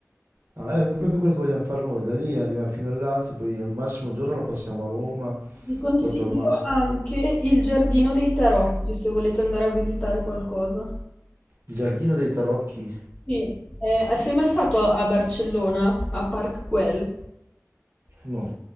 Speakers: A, on the right (about 50°); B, on the left (about 25°).
A: Ah, ecco, è proprio quello che vogliamo fare noi, da lì arriviamo fino al Lazio, poi al massimo un giorno la passiamo a Roma,
B: Vi consiglio
A: proprio al massimo.
B: anche il Giardino dei Tarocchi se volete andare a visitare qualcosa.
A: Il giardino dei tarocchi,
B: Sì, eh, sei mai stato a Barcellona, a Park Güell?
A: no,